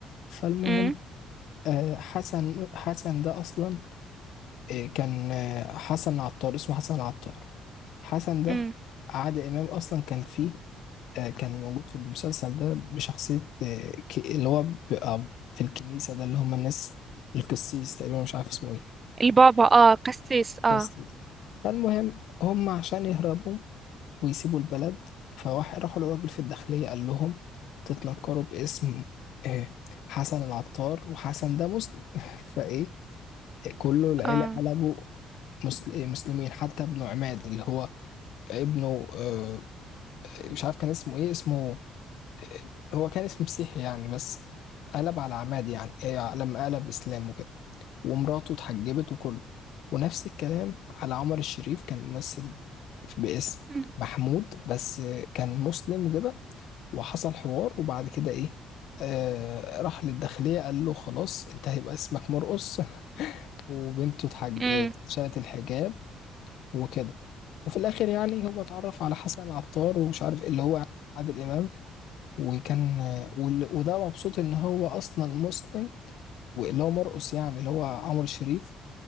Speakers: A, on the left; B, on the right.
A: فالمهم
B: امم
A: آه، حسن حسن ده أصلا إيه، كان آه، حسن عطار اسمه حسن عطار حسن ده
B: امم
A: عادل إمام أصلا كان فيه آه، كان موجود في المسلسل ده بشخصية آه، ك- اللي هو بيبقى في الكنيسة ده اللي هم الناس القسيس تقريبا مش عارف اسمه إيه
B: البابا اه قسيس اه
A: بس فالمهم هم عشان يهربوا ويسيبوا البلد فواحد راحوا للراجل في الداخلية قال لهم تتنكروا باسم آه، حسن العطار وحسن ده مسلم <laughs> فايه كله العيلة
B: اه
A: قلبوا مسل- إيه، مسلمين حتى ابن عماد اللي هو ابنه آه، مش عارف كان اسمه ايه اسمه آه، هو كان اسمه مسيحي يعني بس قلب على عماد يعني إيه، لما قلب اسلام وكده ومراته اتحجبت وكله ونفس الكلام على عمر الشريف كان ممثل باسم
B: امم
A: محمود بس كان مسلم وكده وحصل حوار وبعد كده ايه آه راح للداخلية قال له خلاص انت هيبقى اسمك مرقص وبنته اتحج...
B: أمم.
A: آه، شالت الحجاب وكده وفي الاخر يعني هو اتعرف على حسن العطار ومش عارف ايه اللي هو يعني عادل امام وكان وال- وده مبسوط ان هو اصلا مسلم واللي هو مرقص يعني اللي هو عمر الشريف